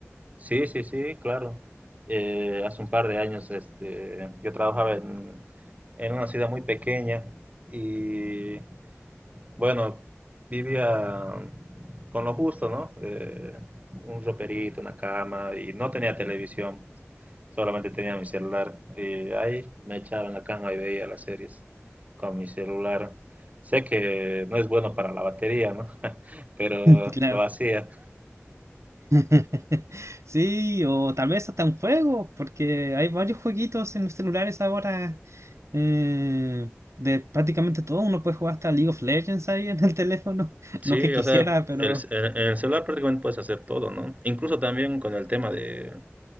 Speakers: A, on the right; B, on the right.
A: Sí, sí, sí, claro. Eh, hace un par de años este, yo trabajaba en, en una ciudad muy pequeña y bueno, vivía con lo justo, ¿no? Eh, un roperito, una cama y no tenía televisión, solamente tenía mi celular. Y ahí me echaba en la cama y veía las series con mi celular. Sé que no es bueno para la batería, ¿no? <laughs> Pero
B: <laughs> Claro.
A: lo hacía.
B: <laughs> Sí, o tal vez hasta un juego, porque hay varios jueguitos en los celulares ahora. eh, de prácticamente todo, uno puede jugar hasta League of Legends ahí en el teléfono. <laughs>
A: Sí,
B: No que quisiera,
A: o sea,
B: pero
A: el, ce- en en el celular prácticamente puedes hacer todo, ¿no? Incluso también con el tema de,